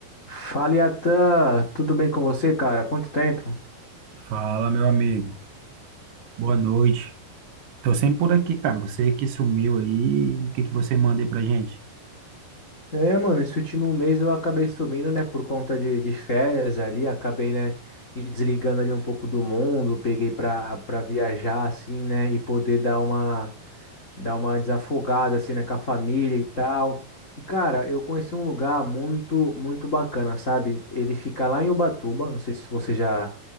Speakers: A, on the left; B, on the right.
A: Fala, Yatan, tudo bem com você, cara? Quanto tempo?
B: Fala, meu amigo. Boa noite. Tô sempre por aqui, cara. Você que sumiu aí, o que que você manda aí pra gente?
A: É, mano, esse último mês eu acabei sumindo, né, por conta de, de férias ali, acabei, né, me desligando ali um pouco do mundo, peguei pra, pra viajar, assim, né, e poder dar uma, dar uma desafogada, assim, né, com a família e tal. E, cara, eu conheci um lugar muito, muito bacana, sabe? Ele fica lá em Ubatuba, não sei se você já,